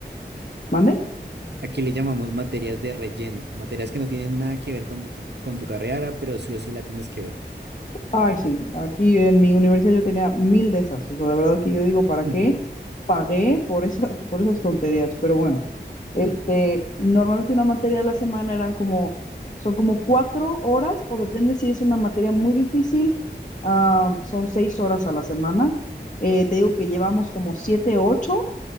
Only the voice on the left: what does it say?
¿Mande?
Ay, sí, aquí en mi universidad yo tenía mil de esas. O sea, de verdad que yo digo, ¿para
qué pagué por esas, por esas tonterías? Pero bueno, este, normalmente una materia a la semana eran como, son como cuatro horas, o depende si es una materia muy difícil, ah, son seis horas a la semana. Eh, te digo que llevamos como siete, ocho.